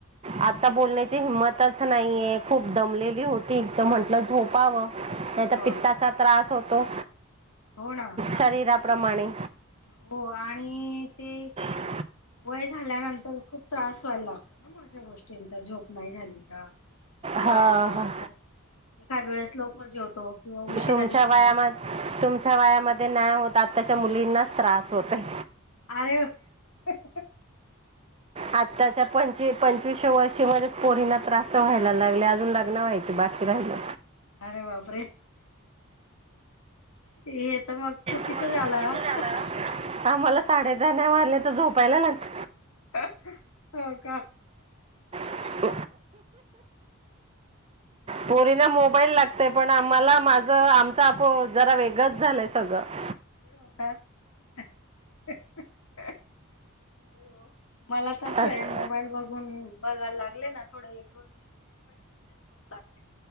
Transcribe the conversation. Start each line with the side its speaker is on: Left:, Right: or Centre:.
Right: आता बोलण्याची हिंमत च नाहीये खूप दमलेली होती तर म्हंटलं झोपावं नाही तर
Left: हो
Right: पित्ताचा त्रास तो
Left: हो ना
Right: शरीर प्रमाणे
Left: हो आणि ते
Right: ते
Left: वय झाल्यानंतर खूप त्रास व्हायला. अश्या गोष्टींचा झोप नाही झाली का? किंवा
Right: हा.
Left: आपण
Right: हा.
Left: एखाद वेळेस लवकर जेवतो किंवा उशिरा
Right: तुमच्या
Left: जेवतो
Right: वया तुमच्या वयामध्ये नाही होत -- आताच्या मुलींनाच त्रास होतयं.
Left: आरे! हं
Right: आत्ताच्या पंच पंचवीसशे वर्षी मध्येच पोरींना त्रास व्हायला लागले अजून लग्न व्हायचे बाकी राहिलं.
Left: अरे बापरे! हे तर मग चुकी
Right: मग
Left: -- झालं.
Right: चुकीचं झालं आम्हाला साडे दहा न मारल्या तर झोपायला लागत.
Left: हो का?
Right: <inaudible> पोरीना मोबाईल लाग -- ते पण आम्हाला माझ आमचा आपो जरा वेगंच झालंय सगळं --
Left: हो का? नाही हो. मला तसं
Right: असं.
Left: आहे मोबाईल बघून बघायला लागले ना -- थोडा एक दोन रिल जरी बघितलं तरी झोप लागते.